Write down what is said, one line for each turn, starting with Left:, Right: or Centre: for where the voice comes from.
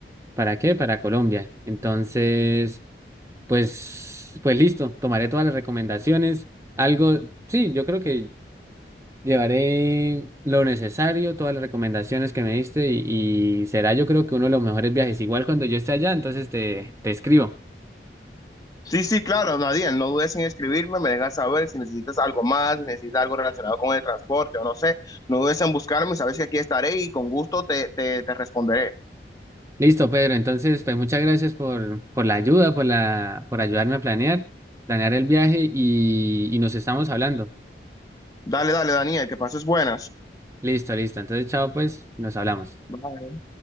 Right: ¿para qué? Para Colombia. Entonces, pues, pues listo, tomaré todas las recomendaciones. Algo, sí, yo creo que Llevaré lo necesario, todas las recomendaciones que me diste y, y será yo creo que uno de los mejores viajes. Igual cuando yo esté allá, entonces te, te escribo.
Left: Sí, sí, claro, Nadine, no dudes en escribirme, me dejas saber si necesitas algo más, si necesitas algo relacionado con el transporte o no sé, no dudes en buscarme, sabes que aquí estaré y con gusto te, te, te responderé.
Right: Listo, Pedro. Entonces, pues muchas gracias por, por la ayuda, por la, por ayudarme a planear, planear el viaje y, y nos estamos hablando.
Left: Dale, dale, Daniel, que pases buenas.
Right: Listo, listo. Entonces, chao, pues, nos hablamos.
Left: Bye.